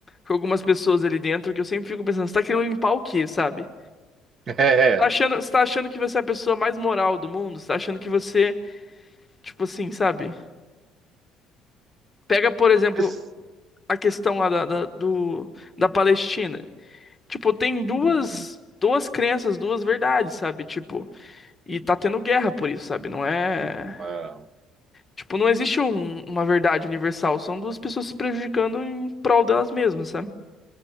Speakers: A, on the left (about 20°); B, on the right (about 40°).
A: com algumas pessoas ali dentro que eu sempre fico pensando, você tá querendo limpar o quê, sabe?
B: <laughs> É.
A: Tá achando, você tá achando que você é a pessoa mais moral do mundo? Você tá achando que você, tipo assim, sabe? Pega, por exemplo,
B: Esse-
A: a questão lá da, da, do, da Palestina. Tipo, tem duas,
B: Uhum.
A: duas crenças, duas verdades, sabe? Tipo, E tá tendo guerra por isso, sabe? Não é.
B: É,
A: Tipo, não existe um- uma verdade universal. São duas pessoas se prejudicando em prol delas mesmas, sabe?